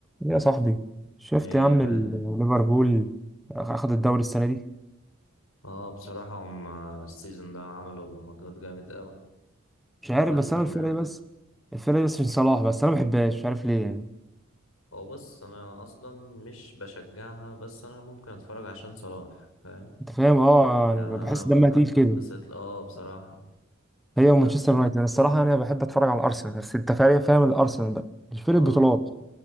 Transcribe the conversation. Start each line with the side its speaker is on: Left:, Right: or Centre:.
Centre: يا صاحبي شفت
Left: ايه
Centre: يا عم
Left: يا غالي
Centre: ال- ليفربول اخد الدوري السنه دي
Left: اه بصراحة هم السيزون ده عملوا مجهود جامد قوي وكمان
Centre: مش عارف بس انا الفرقه
Left: آه،
Centre: دي بس الفرقه دي بس عشان صلاح بس انا ما بحبهاش مش عارف ليه يعني
Left: هو بص انا اصلا مش بشجعها بس انا ممكن اتفرج عشان صلاح فاهم
Centre: انت فاهم اه
Left: يعني
Centre: يعني
Left: انا
Centre: بحس دمها تقيل
Left: ب-
Centre: كده
Left: بتبسط اه بصراحة
Centre: هي ومانشستر
Left: ب-
Centre: يونايتد انا الصراحه يعني انا بحب اتفرج على الارسنال بس انت فاهم فاهم الارسنال بقى مش فرقه
Left: اه
Centre: بطولات